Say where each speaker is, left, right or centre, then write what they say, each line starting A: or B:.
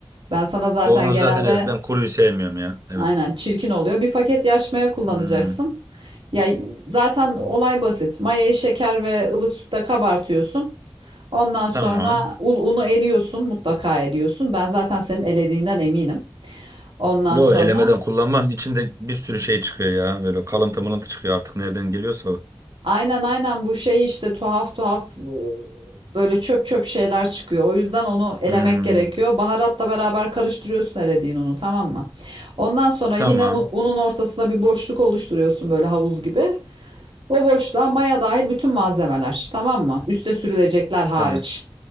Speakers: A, on the right; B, on the right.
A: Ben sana zaten
B: Onu
A: genelde
B: zaten evet ben kuruyu sevmiyorum ya. Evet.
A: Aynen çirkin oluyor. Bir paket yaş maya kullanacaksın.
B: Hmm,
A: Ya zaten olay basit. Mayayı şeker ve ılık sütle kabartıyorsun. Ondan sonra
B: tamam.
A: un- unu eliyorsun, mutlaka eliyorsun. Ben zaten senin elediğinden eminim. Ondan
B: Yo
A: sonra
B: elemeden kullanmam. İçinde bir sürü şey çıkıyor ya. Böyle kalıntı mılıntı çıkıyor artık nereden geliyorsa o.
A: aynen aynen bu şey işte tuhaf tuhaf e, böyle çöp çöp şeyler çıkıyor. O yüzden onu elemek
B: Hmm,
A: gerekiyor. Baharatla beraber karıştırıyorsun elediğin unu tamam mı? Ondan sonra yine
B: tamam.
A: un- unun ortasına bir boşluk oluşturuyorsun böyle havuz gibi. Bu boşluğa maya dahil bütün malzemeler, tamam mı? Üste sürülecekler hariç.
B: Tamam.